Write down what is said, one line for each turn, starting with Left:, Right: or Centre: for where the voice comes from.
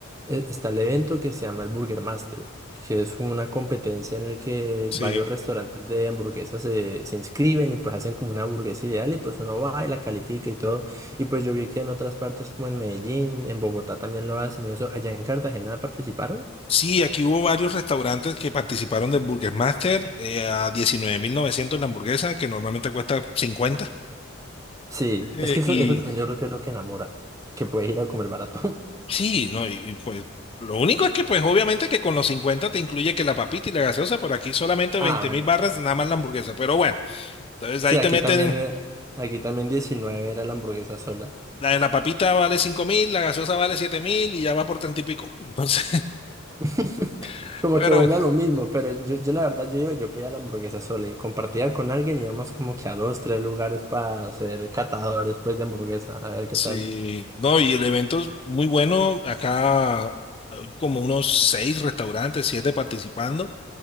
Right: eh, está el evento que se llama el Burger Master, que es como una competencia en el que
Left: Sí.
Right: varios restaurantes de hamburguesas se, se inscriben y pues hacen como una hamburguesa ideal y pues uno va y la califica y todo. Y pues yo vi que en otras partes como en Medellín, en Bogotá también lo hacen y eso. ¿Allá en Cartagena participaron?
Left: Sí, aquí hubo varios restaurantes que participaron del Burger Master eh, a 19.900 la hamburguesa, que normalmente cuesta cincuenta
Right: Sí,
Left: Eh,
Right: es que eso,
Left: y
Right: eso también yo creo que es lo que enamora, que puedes ir a comer barato. <laughs>
Left: sí, no, y, y, pues lo único es que pues obviamente que con los 50 te incluye que la papita y la gaseosa, por aquí solamente
Right: Ah,
Left: 20.000
Right: bueno.
Left: barras nada más la hamburguesa. Pero bueno, entonces
Right: Sí,
Left: ahí
Right: aquí
Left: te meten,
Right: también, eh, aquí también 19 era la hamburguesa sola.
Left: la, la papita vale cinco mil la gaseosa vale 7.000 y ya va por 30 y pico. Entonces,
Right: <laughs>
Left: <laughs>
Right: Como
Left: pero
Right: que vuelve a lo mismo, pero yo, yo la verdad yo iba y yo pedía la hamburguesa sola y compartía con alguien, íbamos como que a dos, tres lugares para ser catadores pues de hamburguesa, a ver qué
Left: Sí,
Right: tal.
Left: no, y el evento es muy bueno. Acá hay como unos seis restaurantes, siete participando.